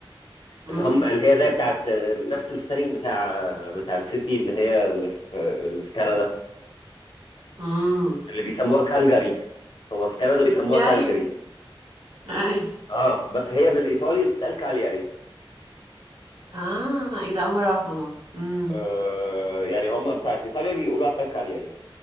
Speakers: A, on the right; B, on the left.
A: امم
B: اللي هم اللي هي زي بتاعت آه، نفس السبيلنج بتاع آه، بتاع السيتي اللي هي اللي في آه، اللي في كندا
A: امم
B: اللي بيسموها كالجاري هم في كندا بيسموها
A: ايوه
B: كالجاري
A: <laughs> ايوه
B: اه بس هي بالايطالي بتتقال كالياري
A: اه ايه ده اول مرة اعرف الموضوع ده امم
B: آه يعني هم بتاعت ايطاليا بيقولوا عليها كالياري